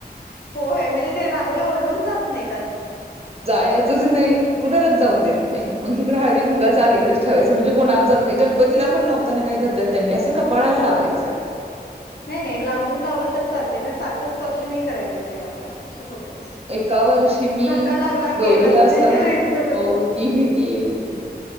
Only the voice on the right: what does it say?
जायचच नाही. कुणालाच जाऊन देत नाही मग इकडे हळदी कुंकाच अलीकडेच ठेवायचं म्हणजे कोणाच जात नाही गण ''--'' प तीला पण लावताना काय करतात त्यांनी असं कपाळाला लावायचं.
एका वर्षी मी
गौरीला
असं
हो ती भीती हाय की.